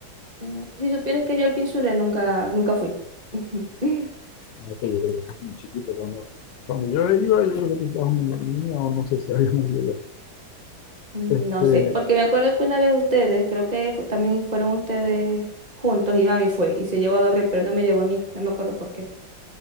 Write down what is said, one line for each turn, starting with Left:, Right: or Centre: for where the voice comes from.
Right: Mm, Si supieras que yo al Pinzulé nunca, nunca fui. <laughs>
Left: Ahora que yo creo que eso es muy chiquito. Cuando, cuando yo iba, yo creo que estaba una niña o no sé si había nacido ya.
Right: No
Left: Este,
Right: sé, porque me acuerdo que una vez ustedes, creo que fue- también fueron ustedes juntos y mami fue y se llevó a Gabriel, pero no me llevó a mí, no me acuerdo por qué.